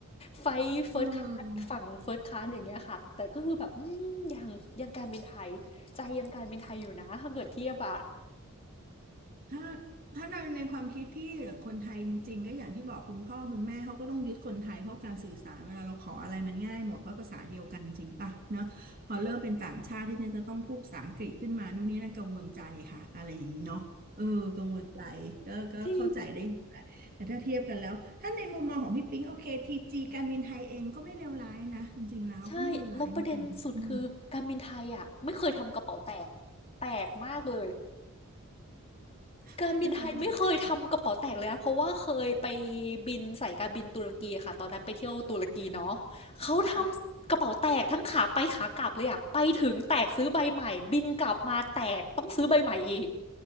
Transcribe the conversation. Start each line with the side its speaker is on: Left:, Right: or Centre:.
Left: ไฟเฟิร์สคลาสฝั่งเฟิร์สคลาสอย่างเงี้ยค่ะแต่ก็คือแบบอืมยังยังการบินไทยใจยังการบินไทยอยู่นะถ้าเกิดเทียบอะ
Right: เออถ้าถ้าในในความคิดพี่หรือคนไทยจริงๆก็อย่างที่บอกคุณพ่อคุณแม่เขาก็ต้องยึดคนไทยเพราะการสื่อสารเวลาเราขออะไรมันง่ายหมดเพราะภาษาเดียวกันจริงปะเนาะพอเริ่มเป็นต่างชาติที่จะต้องพูดภาษาอังกฤษขึ้นมานู่นนี่นั่นกังวลใจค่ะอะไรอย่างนี้เนาะเออกังวลใจก็ก็เข้าใจได้อยู่แหละแต่ถ้าเทียบกันแล้วถ้าในมุมมองของพี่ปิ๊งโอเคทีจีการบินไทยเองก็ไม่เลวร้ายนะจริงๆแล้วก็ไม่เลวร้ายจริงๆ
Left: จริง ใช่แล้วประเด็นสุดคือการบินไทยอ่ะไม่เคยทำกระเป๋าแตกแปลกมากเลยการบินไทยไม่เคยทำกระเป๋าแตกเลยนะเพราะว่าเคยไป
Right: ไม่เคยทำกระเป๋าแบน
Left: บินสายการบินตุรกีค่ะตอนนั้นไปเที่ยวตุรกีเนาะเขาทำกระเป๋าแตกทั้งขาไปขากลับเลยอ่ะไปถึงแตกซื้อใบใหม่บินกลับมาแตกต้องซื้อใบใหม่อีก
Right: จ้ะ